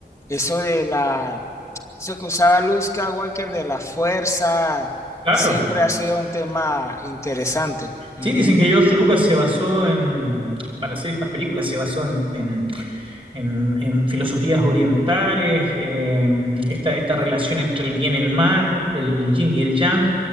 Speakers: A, on the left (about 15°); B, on the right (about 30°).
A: eso de la, eso que usaba Luke Skywalker de la fuerza,
B: Claro,
A: siempre ha sido un tema interesante. Ujú.
B: Sí, dicen que George Lucas se basó en, para hacer estas películas, se basó en, en- en- en filosofías orientales, eh, esta, esta relación entre el bien y el mal, el, el yin y el yang.